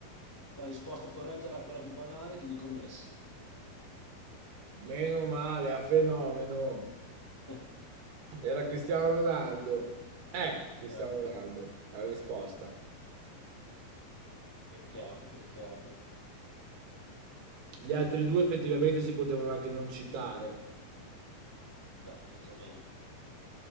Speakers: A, on the left; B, on the right.
A: La risposta corretta era quella più banale, ti dico Messi.
B: Meno male, a fenomeno.
A: <laughs>
B: Era Cristiano Ronaldo. Eh, Cristiano
A: Eh,
B: Ronaldo, la risposta.
A: peccato, peccato.
B: Gli altri due effettivamente si potevano anche non citare.
A: No, decisamente.